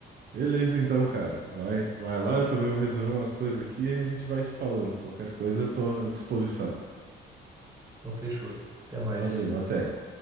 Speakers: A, on the right; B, on the right.
A: Beleza, então, cara. Vai, vai lá, eu também vou resolver umas coisas aqui e a gente vai se falando. Qualquer coisa, eu tô à disposição.
B: Então, fechou. Até mais.
A: Valeu, até.